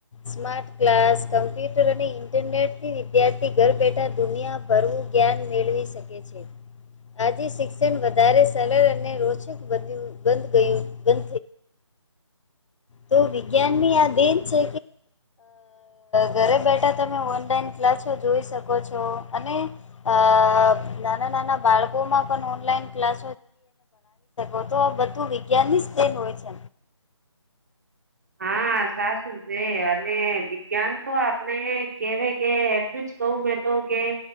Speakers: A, on the left; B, on the right.
A: સ્માર્ટ ક્લાસ કમ્પ્યુ ટર અને ઇન્ટરનેટથી વિદ્યાર્થી ઘર બેઠા દુનિયાભરવું જ્ઞાન મેળવી શકે છે. આજે શિક્ષણ વધારે સરળ અને રોચક બન્યું બંધ ગયું તો વિજ્ઞાનની આ દેન છે. ઘરે બેઠા તમે ઓનલાઈન ક્લાસો જોઈ શકો છો, અને અ. નાના ના ઓ તો બધું વિજ્ઞાન ની જ દેન હોય છે.
B: હા સાચું છે, અને વિજ્ઞાન તો આપણે કેવા કે એટલું જ કહું મે તો કે